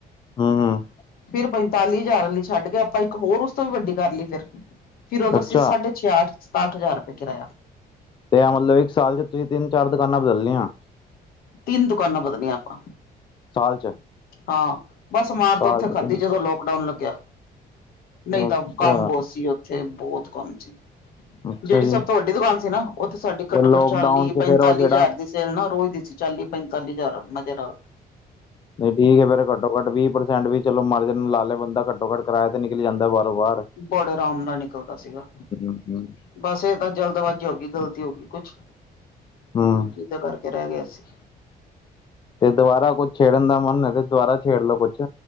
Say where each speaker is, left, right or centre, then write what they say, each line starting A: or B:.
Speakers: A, on the left; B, on the left.
A: ਹੂੰ-ਹੂੰ
B: ਫਿਰ ਪੰਤਾਲੀ ਹਜ਼ਾਰ ਆਲੀ ਛੱਡ ਕੇ ਆਪਾਂ ਇੱਕ ਹੋਰ ਓਸ ਤੋਂ ਵੀ ਵੱਡੀ ਕਰ ਲੀ ਫਿਰ ਫਿਰ ਉਦੋ
A: ਅੱਛਾ
B: ਅਸੀ ਸਾਡੇ ਛਿਆਹਟ-ਸਤਾਹਟ ਹਜ਼ਾਰ ਰੁਪਏ ਕਿਰਾਇਆ!
A: ਤੇ ਆ ਮਤਲਬ ਇੱਕ ਸਾਲ ਚ ਤੁਸੀਂ ਤਿੰਨ ਚਾਰ ਦੁਕਾਨਾਂ ਬਦਲੀਆਂ
B: ਤਿੰਨ ਦੁਕਾਨਾ ਬਦਲੀਆਂ ਆਪਾਂ।
A: ਸਾਲ ਚ
B: ਹਾਂ, ਬੱਸ ਮਾਰ
A: ਸਾਲ
B: ਤਾਂ ਉੱਥੇ
A: ਚ
B: ਖਾਧੀ
A: ਤਿੰਨ
B: ਜਦੋਂ ਲੋਕਡਾਊਨ ਲੱਗਿਆ।
A: ਅੱਛਾ,
B: ਨਈ ਤਾਂ ਕੰਮ ਬਹੁਤ ਸੀ। ਉੱਥੇ ਬਹੁਤ ਕੰਮ ਸੀ।
A: ਅੱਛਾ
B: ਜਿਹੜੀ
A: ਜੀ,
B: ਸਭ ਤੋਂ ਵੱਡੀ ਦੁਕਾਨ ਸੀ ਨਾ ਓ ਤਾ ਸਾਡੀ ਘੱਟੋ
A: ਉਹ ਲੋਕਡਾਊਨ
B: ਘੱਟ ਚਾਲੀ
A: ਚ
B: ਪੰਤਾਲੀ
A: ਫੇਰ ਉਹ ਜਿਹੜਾ
B: ਹਜ਼ਾਰ ਦੀ ਸੇਲ ਨਾ ਰੋਜ਼ ਦੀ ਸੀ ਚਾਲੀ ਪੈਤਾਲੀ ਹਜ਼ਾਰ ਮਜ਼ੇ ਨਾਲ
A: ਨਹੀਂ ਠੀਕ ਐ, ਫਿਰ ਘੱਟੋ ਘੱਟ ਵੀਹ ਪ੍ਰਸੈਂਟ ਵੀ ਚਲੋ ਮਾਲਕ ਨੇ ਲਾ ਲਿਆ ਬੰਦਾ ਘੱਟੋ ਘੱਟ ਕਰਾਇਆ ਤੇ ਨਿਕਲ ਜਾਂਦਾ ਬਾਰੋ ਬਾਰ
B: ਬੜੇ ਰਾਮ ਨਾਲ ਨਿਕਲਦਾ ਸੀਗਾ।
A: ਹੂੰ,
B: ਬੱਸ ਏ ਤਾਂ ਜਲਦਬਾਜ਼ੀ ਹੋ ਗੀ ਗਲਤੀ ਹੋ ਗੀ ਕੁਛ
A: ਹੂੰ
B: ਜਿਦੇ ਕਰਕੇ ਰਹਿ ਗਏ ਅਸੀਂ
A: ਤੇ ਦੁਬਾਰਾ ਕੁਛ ਛੇੜਨ ਦਾ ਮਨ ਐ ਤੇ ਦੁਬਾਰਾ ਛੇੜ ਲੋੋ ਕੁੱਛ